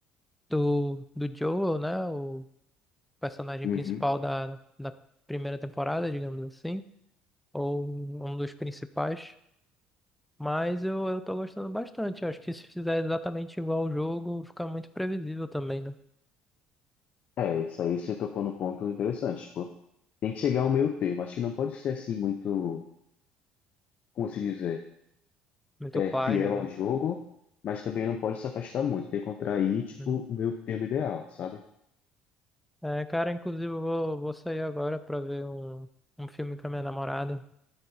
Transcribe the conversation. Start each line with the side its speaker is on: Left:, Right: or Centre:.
Centre: do, do Joel, né? O personagem
Left: Uhum.
Centre: principal da, da da primeira temporada, digamos assim, ou um dos principais. Mas eu, eu tô gostando bastante. Eu acho que se fizer exatamente igual ao jogo, fica muito previsível também, né?
Left: É, isso aí você tocou num ponto interessante, tipo, tem que chegar ao meio termo. Acho que não pode ser assim muito como se dizer,
Centre: Muito
Left: é,
Centre: plágio,
Left: é fiel ao jogo, mas também não pode se afastar muito. Tem que encontrar aí, tipo,
Centre: né?
Left: o meio termo ideal, sabe?
Centre: É, cara, inclusive eu vou, vou sair agora pra ver um, um filme com a minha namorada.